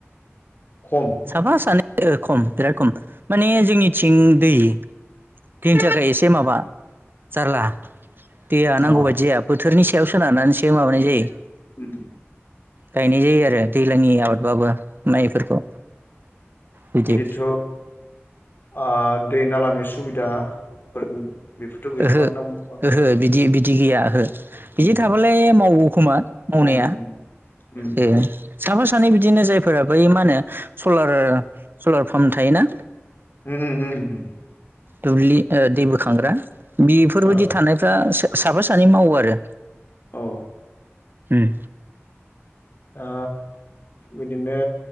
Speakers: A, on the left; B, on the right.
A: खम
B: साफा सानै खम बिराद खम माने जोंनिथिं दै। दैनि थाखाय एसे माबा जारला दैया नांगौबायदिया
A: अ
B: बोथोरनि । खेवसोनारनैसो माबानाय जायो।
A: उम
B: गायनाय जायो आरो दैज्लांनि आबादबाबो। माइफोरखौ बिदि
A: बिदिथ आ दै नालानि सुबिदा फोर बेफोरथ गैथआनो
B: ओहो
A: दा बांद्राय।
B: ओहो बिदि बिदि गैया ओहो। बिदि
A: उम
B: थाबालाय मावगौ खोमा मावनाया
A: मावो उम उम
B: ए साफा सा सानै बिदिनो जायफोरा बै मा होनो सलार सलार पाम्प थायोना।
A: उम उम उम
B: दुब्लि ओ दै बोखांग्रा बेफोरबायदि
A: औ
B: थानायफ्रा सा साफा सानै मावो आरो।
A: औ
B: उम
A: ओ बिदिनो